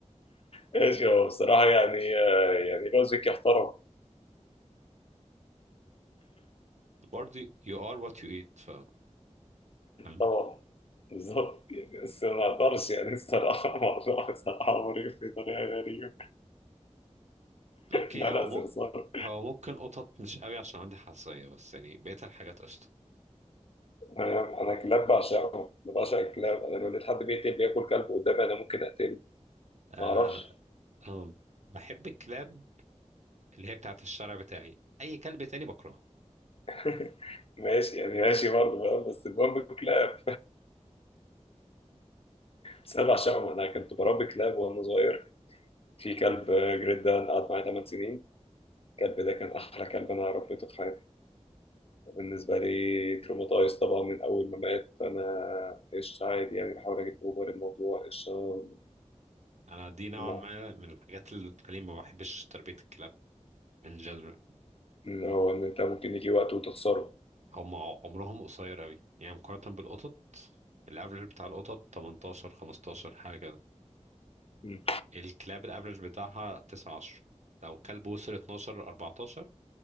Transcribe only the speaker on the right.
برضه you are what you eat ف فاهم
اوكي
هو
م... هو ممكن قطط مش قوي عشان عندي حساسيه بس يعني بقيت الحاجات قشطه
آه،
انا بحب الكلاب اللي هي بتاعت الشارع بتاعي اي كلب تاني بكرهه
انا دي نوعا
ما من الحاجات اللي بتخليني ما بحبش تربية الكلاب ان جنرال
هم عمرهم قصير قوي يعني مقارنة بالقطط الافرج بتاع القطط 18 15 حاجة كده
الكلاب الافرج بتاعها 9 10 لو كلب وصل 12 14